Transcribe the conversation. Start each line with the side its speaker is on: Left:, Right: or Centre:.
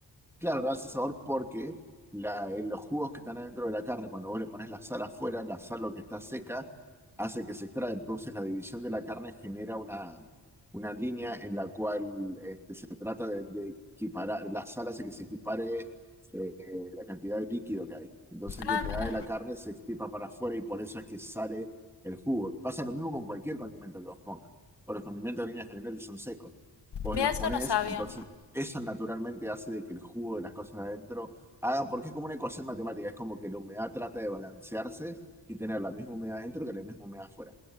Centre: Claro, lo hace sabor porque la- eh, los jugos que están adentro de la carne, cuando vos le pones la sal afuera, la sal lo que está seca, hace que se extraiga. Entonces la división de la carne genera una, una línea en la cual este, se trata de, de equiparar, la sal hace que se equipare eh, la cantidad de líquido que hay. Entonces la
Left: Ah,
Centre: humedad
Left: mira.
Centre: de la carne se extipa para afuera y por eso es que sale el jugo. Pasa lo mismo con cualquier condimento que vos pongas. O los condimentos en líneas generales son secos. Vos
Left: Mira,
Centre: los
Left: eso
Centre: ponés,
Left: no sabía.
Centre: entonces eso naturalmente hace de que el jugo de las cosas adentro hagan, porque es como una ecuación matemática, es como que la humedad trata de balancearse y tener la misma humedad adentro que la misma humedad afuera.